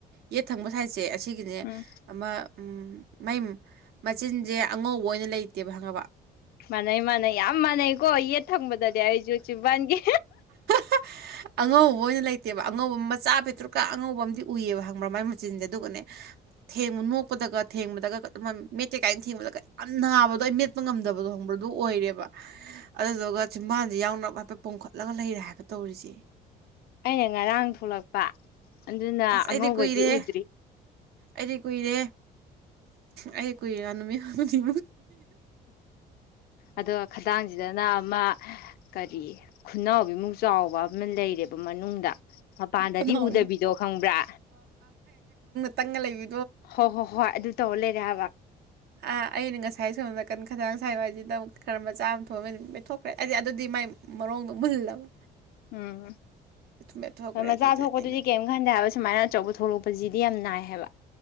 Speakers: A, on the right (about 70°); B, on the left (about 65°).
A: ꯌꯦꯠ ꯊꯪꯕ ꯁꯥꯏꯠꯁꯦ ꯁꯤꯒꯤꯅꯦ
B: ꯎꯝ
A: ꯑꯃ ꯃꯩ ꯃꯆꯤꯟꯁꯦ ꯑꯉꯧꯕ ꯑꯣꯏꯅ ꯂꯩꯇꯦꯕ ꯈꯪꯉꯕ
B: ꯃꯥꯟꯅꯩ ꯃꯥꯟꯅꯩ ꯌꯥꯝ ꯃꯥꯟꯅꯩꯀꯣ ꯌꯦꯠ ꯊꯪꯕꯗꯗꯤ ꯑꯩꯁꯨ ꯆꯖꯤꯤꯝꯕꯥꯟꯒꯤ
A: ꯍ ꯑꯉꯧꯕ ꯑꯣꯏꯅ ꯂꯩꯇꯦꯕ ꯑꯉꯧꯕ ꯑꯃ ꯃꯆꯥ ꯄꯤꯇ꯭ꯔꯨꯛꯀ ꯑꯉꯧꯕ ꯑꯃꯗꯤ ꯎꯏꯑꯕ ꯍꯪꯕ꯭ꯔꯥ ꯃꯥꯏ ꯃꯆꯤꯟꯁꯦ ꯑꯗꯨꯒꯅꯦ ꯊꯦꯡꯉꯨ ꯅꯣꯛꯄꯗꯒ ꯊꯦꯡꯕꯗꯒ ꯑꯗꯨꯃꯥꯏꯅ ꯃꯦꯠꯀꯦ ꯀꯥꯏꯅ ꯊꯦꯡꯕꯗꯒ ꯌꯥꯝ ꯅꯥꯕꯗꯣ ꯑꯩ ꯃꯦꯠꯄ ꯉꯝꯗꯕꯗꯣ ꯍꯪꯕ ꯑꯗꯨ ꯑꯣꯏꯔꯦꯕ ꯑꯗꯨꯗꯨꯒ ꯆꯤꯝꯕꯥꯜꯁꯦ ꯌꯥꯎꯅ ꯍꯥꯏꯐꯦꯠ ꯄꯣꯝꯈꯠꯂꯒ ꯂꯩꯔꯦ ꯍꯥꯏꯕ ꯇꯧꯔꯤꯁꯦ
B: ꯑꯩꯅ ꯉꯔꯥꯡ ꯊꯣꯛꯂꯛꯄ ꯑꯗꯨꯅ
A: ꯑꯁ
B: ꯑꯉꯧꯕꯗꯤ
A: ꯑꯩꯗꯤ ꯀꯨꯏꯔꯦꯍꯦ
B: ꯎꯗ꯭ꯔꯤ
A: ꯑꯩꯗꯤ ꯀꯨꯏꯔꯦ ꯑꯩ ꯀ ꯌꯥꯝꯅꯃꯤꯁꯤ
B: ꯑꯗꯣ ꯈꯖꯥꯡꯁꯤ ꯐꯗꯅ ꯑꯃ ꯀꯔꯤ ꯈꯨꯅꯥꯎꯕꯤꯃꯨꯛ ꯆꯥꯎꯕ ꯑꯃ ꯂꯩꯔꯦꯕ ꯃꯅꯨꯡꯗ ꯃꯄꯥꯟꯗꯗꯤ
A: ꯈꯅꯥꯎ
B: ꯎꯗꯕꯤꯗꯣ ꯈꯪꯕ꯭ꯔꯥ
A: ꯇ ꯀꯪꯂꯩ
B: ꯍꯣꯏ ꯍꯣꯏ ꯍꯣꯏ ꯑꯗꯨ ꯇꯧ ꯂꯩꯔꯦ ꯍꯥꯏꯕ
A: ꯑꯥ ꯑꯩꯅ ꯉꯁꯥꯏ ꯁꯣꯝ ꯅꯥꯀꯟ ꯈꯗꯥꯥꯡ ꯁꯥꯏꯕ ꯍꯥꯏꯁꯤꯗ ꯑꯃꯨꯛ ꯈꯔ ꯃꯆꯥ ꯑꯃ ꯊꯣꯛꯑꯕꯅꯤ ꯃꯦꯊꯣꯛꯈ꯭ꯔꯦ ꯍꯥꯏꯗꯤ ꯑꯗꯨꯗꯤ ꯃꯥꯏ ꯃꯔꯣꯡꯗꯣ ꯃꯨꯍꯜꯂꯕ
B: ꯎꯝ
A: ꯃꯦꯠꯊꯣꯛꯈ꯭ꯔꯦ
B: ꯍꯣꯏ ꯃꯆꯥ
A: ꯑꯗꯨꯗꯤ
B: ꯊꯣꯛꯄꯗꯨꯗꯤ
A: ꯑꯩꯅ
B: ꯀꯔꯤꯝ ꯈꯟꯗꯦ ꯍꯥꯏꯕ ꯁꯨꯃꯥꯏꯅ ꯑꯆꯧꯕ ꯊꯣꯛꯂꯛꯄꯁꯤꯗꯤ ꯌꯥꯝ ꯅꯥꯏ ꯍꯥꯏꯕ